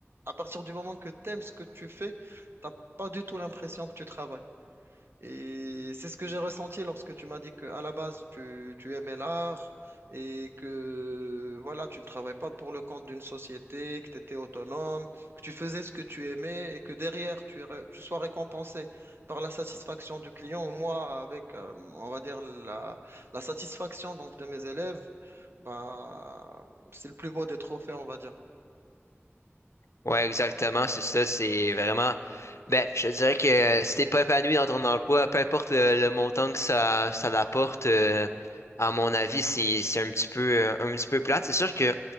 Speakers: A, on the right (about 55°); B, on the left (about 75°).
A: à partir du moment que tu aimes ce que tu fais, t'as pas du tout l'impression que tu travailles. Et c'est ce que j'ai ressenti lorsque tu m'as dit que à la base, tu, tu aimais l'art et que voilà, tu ne travailles pas pour le compte d'une société, que tu étais autonome, que tu faisais ce que tu aimais et que derrière, tu, ré- tu sois récompensé par la satisfaction du client ou moi avec, euh, on va dire, la, la satisfaction donc, de mes élèves. Bah, c'est le plus beau des trophées, on va dire.
B: Ouais, exactement. C'est ça. C'est vraiment. Ben, je te dirais que si t'es pas épanoui dans ton emploi, peu importe le, le montant que ça, ça l'apporte, euh, à mon avis, c'est, c'est un petit peu, un petit peu plate. C'est sûr que